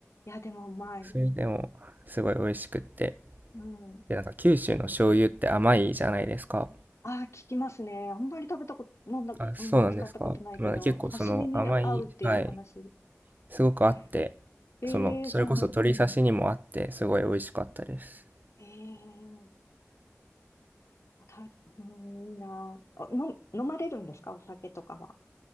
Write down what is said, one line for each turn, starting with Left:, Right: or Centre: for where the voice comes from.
Left: いや、でもうまい。
Right: それでもすごい美味しくって。
Left: うん。
Right: で、なんか九州の醤油って甘いじゃないですか。
Left: ああ、聞きますね。あんまり食べたこと、飲んだ、
Right: あ、そうなんですか。
Left: うん、使ったことないけど、
Right: まあ、結構その甘い、
Left: 刺身に合うっていう話。
Right: はい、すごくあって、
Left: ねええそうなんだ。
Right: その、それこそ鶏刺しにもあって、すごい美味しかったです。
Left: ええあた、うん、いいなあ。あの、飲まれるんですかお酒とかは。